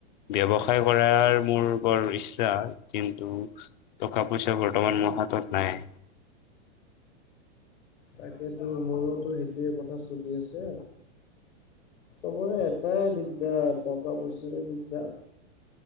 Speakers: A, on the left; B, on the left.
A: ব্যৱসায় কৰাৰ মোৰ বৰ ইচ্ছা কিন্তু টকা পইচা বৰ্তমান হাতত নাই।
B: তাকেতো মোৰোতো সেইটোৱে কথা চলি আছে চবৰে এটাই দিগদাৰ টকা- পইচাৰ দিগদাৰ।